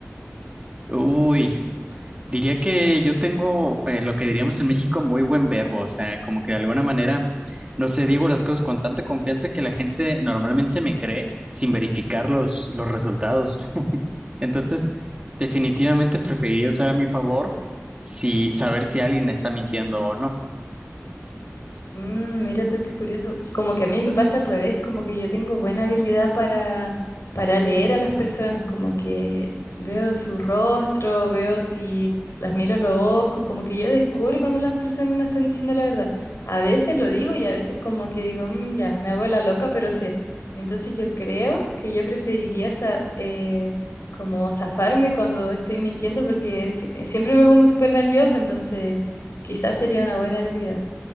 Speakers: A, on the right; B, on the left.
A: Uy, diría que yo tengo eh, lo que diríamos en México muy buen verbo, o sea, como que de alguna manera, no sé, digo las cosas con tanta confianza que la gente normalmente me cree sin verificar los, los resultados. Entonces, definitivamente preferiría usar a mi favor si saber si alguien está mintiendo o no.
B: Mm, mira tú qué curioso. Como que a mí me pasa al revés, como que yo tengo buena habilidad para, para leer a las personas, como que veo su rostro, veo si las miro a los ojos, y como que yo descubro cuando las personas no están diciendo la verdad. A veces lo digo y a veces como que digo, "Mm, ya, me hago la loca, pero sé. Entonces yo creo que yo preferiría sa- eh, como zafarme cuando estoy mintiendo porque si- siempre me pongo súper nerviosa, entonces quizás sería una buena habilidad.